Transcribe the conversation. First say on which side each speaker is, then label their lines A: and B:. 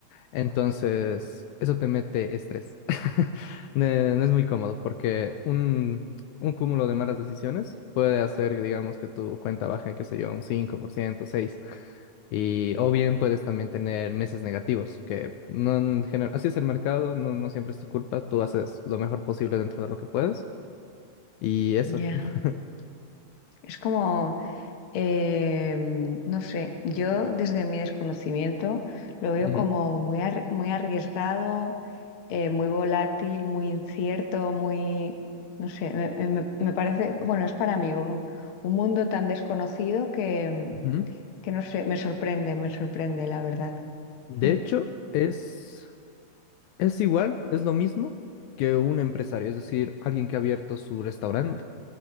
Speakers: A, on the left; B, on the left.
A: Entonces, eso te mete estrés. <laughs> Ne- No es muy cómodo porque un, un cúmulo de malas decisiones puede hacer, que, digamos, que tu cuenta baje, qué sé yo, un 5%, 6%. Y, o bien puedes también tener meses negativos, que no en general, así es el mercado, no, no siempre es tu culpa, tú haces lo mejor posible dentro de lo que puedes y eso.
B: ya.
A: <laughs>
B: Es como, eh, no sé, yo desde mi desconocimiento lo veo
A: Ujú,
B: como muy, ar- muy arriesgado eh, muy volátil, muy incierto, muy, no sé, me, eh, me- me parece, bueno, es para mí un, un mundo tan desconocido que,
A: ujú.
B: que no sé, me sorprende, me sorprende, la verdad.
A: De
B: Mm,
A: hecho, es, es igual, es lo mismo que un empresario, es decir, alguien que ha abierto su restaurante.